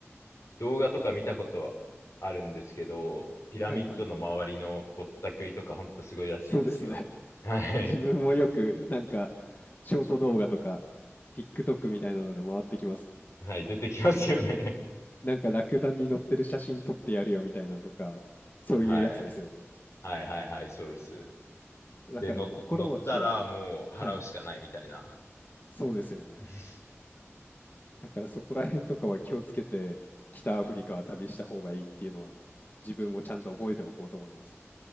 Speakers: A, on the left; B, on the left.
A: 動画とか見たことあるんですけど、ピラミッドの周りのぼったくりとかほんとすごいらしいですよ。
B: はいはい。そうですね。
A: <laughs>
B: <laughs>
A: はい。
B: 自分もよく、なんか、ショート動画とか、TikTok みたいなので回ってきます。
A: はい、出てきますよね。
B: なんか、ラクダに乗ってる写真撮ってやるよみたいなのとか、そういうやつですよね。
A: はい。はいはいはい、そうです。
B: だから、
A: で、の乗ったらもう払うしかないみたいな。
B: 心は強く。はい。そうですよね。
A: <laughs>
B: だから、そこら辺とかは気をつけて、北アフリカは旅した方がいいっていうのは、自分もちゃんと覚えておこうと思います。